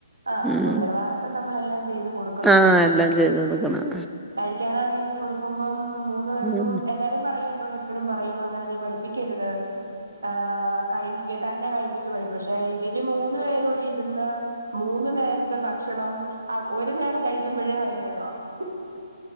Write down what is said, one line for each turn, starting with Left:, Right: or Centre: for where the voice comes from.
Right: ആഹ്
Centre: ഉം
Right: ഉത്തരവാദിത്തം നമ്മളെല്ലാം ചെയ്ത് കൊടുക്കണല്ലോ.
Centre: ആഹ് എല്ലാം ചെയ്തൊടുക്കണം.
Right: കഴിക്കാനാണെലും കൊടുക്കുമ്പം. മൂന്നു
Centre: ഉം
Right: പേർക്കും
Centre: ഉം
Right: എല്ലാരും പറയും എനോട്‌ എപ്പഴും പറയും അങ്ങനെ നീ പഠിപ്പിക്കരുത്. ആ കഴികതന്നെ കഴിപ്പിച്ചു പടി പക്ഷെ ഇവര് മൂന്നു പേര്ഇവിടെ ഇരുന്ന്. മൂന്ന് നേരത്തെ ഭക്ഷണംഅഒരു നേരം കഴി ക്കു മ്പഴേ വൈന്നേര ആവും